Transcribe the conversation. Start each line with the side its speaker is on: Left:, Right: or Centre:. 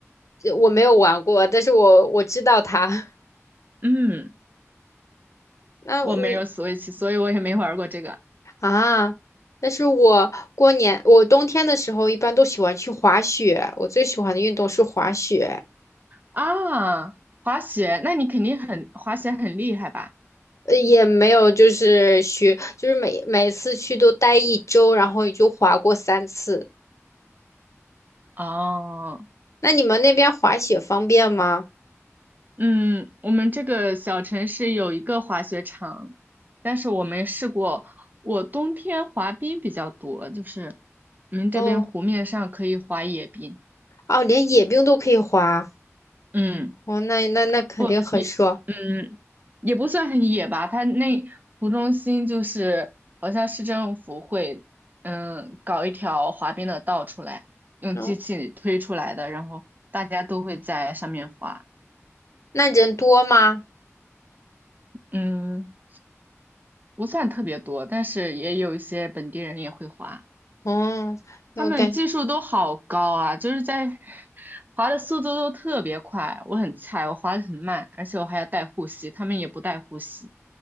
Left: 呃我没有玩过，但是我我知道它。<laughs>
Right: 嗯，
Left: 那嗯
Right: 我没有 Switch，所以我也没玩过这个
Left: 啊，但是我过年我冬天的时候一般都喜欢去滑雪，我最喜欢的运动是滑雪。
Right: 啊。滑雪，那你肯定很滑雪很厉害吧？
Left: 呃，也没有，就是学，就是每每次去都待一周，然后也就滑过三次。
Right: 哦，
Left: 那你们那边滑雪方便吗？
Right: 嗯，我们这个小城市有一个滑雪场，但是我没试过。我冬天滑冰比较多，就是我们这边湖面上可以滑野冰。
Left: 哦，哦，连野冰都可以滑，
Right: 嗯。
Left: 哦，那那那肯定很爽。
Right: 不也，嗯，也不算很野吧。它那湖中心就是好像市政府会，嗯，搞一条滑冰的道出来，用机器推出来的，
Left: 嗯，
Right: 然后大家都会在上面滑。
Left: 那人多吗？
Right: 嗯，不算特别多，但是也有一些本地人也会滑，
Left: 嗯，我感
Right: 他们技术都好高啊，就是在滑的速度都特别快。我很菜，我滑的很慢，而且我还要带护膝，他们也不带护膝。